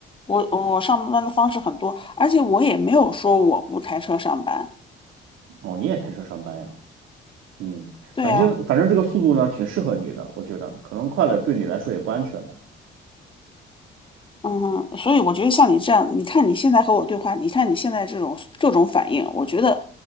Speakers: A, on the left; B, on the right.
A: 我我上班的方式很多，而且我也没有说我不开车上班。
B: 哦，你也开车上班呀？嗯，
A: 对啊。
B: 反正反正这个速度呢，挺适合你的，我觉得可能快了对你来说也不安全吧。
A: 嗯，所以我觉得像你这样，你看你现在和我对话，你看你现在这种各种反应，我觉得